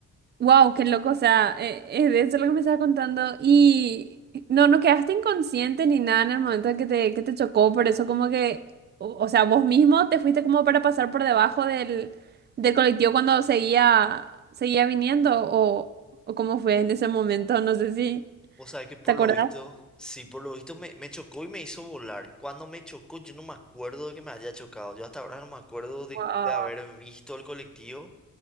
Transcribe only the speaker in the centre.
Vos sabés que por
lo visto, sí, por lo visto me, me chocó y me hizo volar. Cuando me chocó, yo no me acuerdo de que me haya chocado. Yo hasta ahora no me acuerdo de,
de haber visto el colectivo.